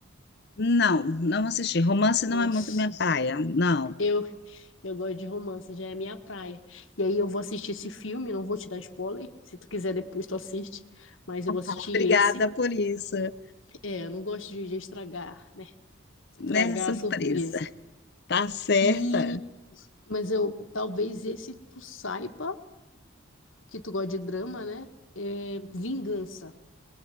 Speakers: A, on the left; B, on the left.
A: Não, não assisti. Romance
B: Nossa,
A: não é muito minha praia, não.
B: eu eu gosto de romance, já é minha praia. E aí eu vou assistir esse filme, não vou te dar spoiler, se tu quiser depois tu assiste, mas eu vou assistir
A: Obrigada
B: esse.
A: por isso,
B: É, eu não gosto de, de estragar, né? Estragar
A: né? Surpresa.
B: a surpresa.
A: Tá certa.
B: E, mas eu, talvez esse tu saiba, que tu gosta de drama, né? É Vingança.